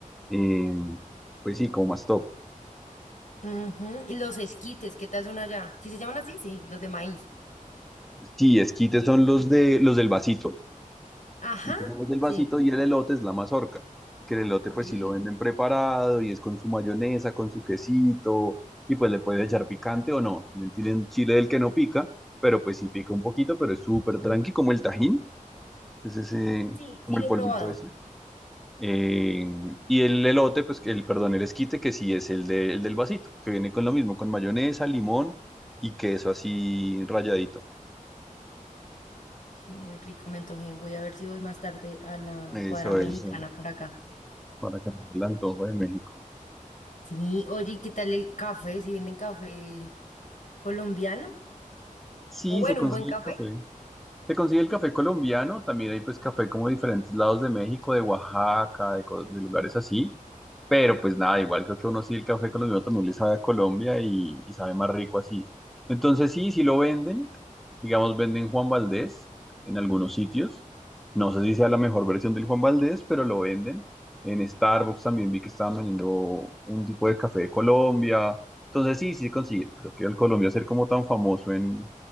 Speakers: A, in the centre; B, on the left (about 65°).
A: eh, pues sí, como más top.
B: Ujú, Y los esquites, ¿qué tal son allá? ¿Sí se llaman así? Sí, los de maíz.
A: Sí, esquites son los de los del vasito.
B: Ajá,
A: Y tú sacas del vasito
B: sí,
A: y el elote es la mazorca. Que el elote pues
B: el
A: sí lo
B: hilo-
A: venden preparado y es con su mayonesa, con su quesito. Y pues le puedes echar picante o no. También tienen chile del que no pica, pero pues sí pica un poquito, pero es súper tranqui, como el tajín. Es ese,
B: Sí,
A: como
B: sí
A: el
B: lo
A: polvito
B: he probado.
A: ese. Eh, y el elote, pues que el, perdón, el esquite, que sí es el, de- el del vasito, que viene con lo mismo, con mayonesa, limón y queso así rayadito.
B: Sí, muy rico, me antojé. Voy a ver si voy más tarde a la
A: Eso
B: cuadra mexicana
A: es, eh,
B: por acá.
A: para que el antojo de México.
B: Sí, oye, ¿y ¿qué tal el café? ¿Si venden café colombiano?
A: Sí,
B: O bueno,
A: se consigue
B: un buen café.
A: el café. Se consigue el café colombiano, también hay pues café como de diferentes lados de México, de Oaxaca, de, co- de lugares así, pero pues nada, igual creo que uno sí el café colombiano también le sabe a Colombia y, y sabe más rico así. Entonces sí, sí lo venden, digamos venden Juan Valdés en algunos sitios, no sé si sea la mejor versión del Juan Valdés, pero lo venden. En Starbucks también vi que estaban vendiendo un tipo de café de Colombia, entonces sí, sí se consigue. Creo que el Colombia ser como tan famoso en